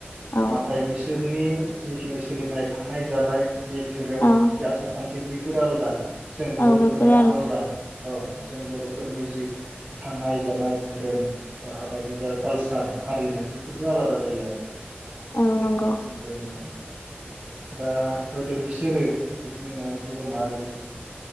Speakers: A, on the left (about 65°); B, on the right (about 35°).
A: औ
B: नाथाय बिसोर नि जिखिनि सोलिनाय थानाय जानाय जि धोरोम
A: औ
B: आसार खान्थि बि फोर आलदा जों बर'फोरनिया
A: औ बेफोरो
B: आलदा औ जों बर'फोरनि जि थानाय जानाय धोरोम बा हाबा बिबा कालसार हारिमु बेफोरबो आलादा जायो आरो
A: औ नंगौ
B: <unintelligible> फोरनिया दा हयथ' बिसोरो <unintelligible> गुबुन हारिनि